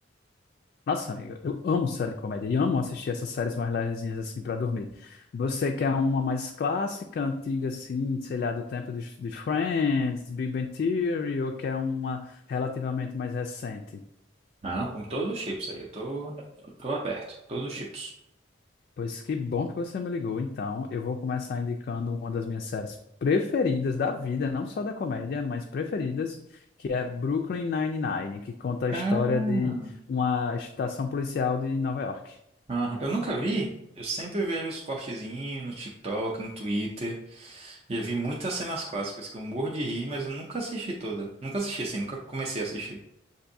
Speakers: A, on the left; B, on the right.
A: Nossa, amiga, eu amo série de comédia e amo assistir essas séries mais levezinhas assim para dormir. Você quer uma mais clássica, antiga, assim, sei lá, do tempo de, de Friends, Big Bang Theory, ou quer uma relativamente mais recente?
B: Não, como todos os chips aí, eu tô, tô aberto, todos os chips.
A: Pois que bom que você me ligou. Então, eu vou começar indicando uma das minhas séries preferidas da vida, não só da comédia, mas preferidas, que é Brooklyn Nine-Nine, que conta
B: Cara,
A: a história de uma estação policial de Nova York.
B: ah, eu nunca vi. Eu sempre vejo os cortezinhos no TikTok, no Twitter. Já vi muitas cenas clássicas que eu morro de rir, mas eu nunca assisti toda. Nunca assisti assim, nunca comecei a assistir.